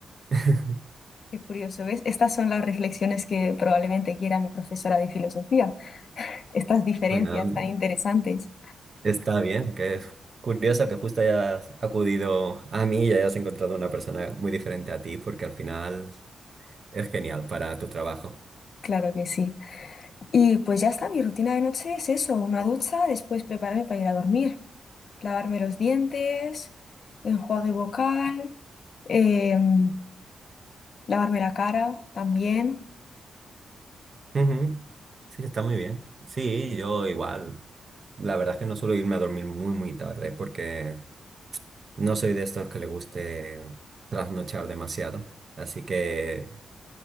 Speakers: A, on the right; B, on the left.
A: <laughs>
B: Qué curioso, ¿ves? Estas son las reflexiones que probablemente quiera mi profesora de filosofía, estas diferencias
A: Bueno,
B: tan interesantes.
A: está bien, que es curioso que justo hayas acudido a mí y hayas encontrado una persona muy diferente a ti, porque al final es genial para tu trabajo.
B: Claro que sí. Y pues ya está, mi rutina de noche es eso, una ducha, después prepararme para ir a dormir, lavarme los dientes, enjuague vocal, em, lavarme la cara también.
A: Ujú. Sí, está muy bien. Sí, yo igual. La verdad es que no suelo irme a dormir muy, muy tarde porque no soy de estos que le guste trasnochar demasiado. Así que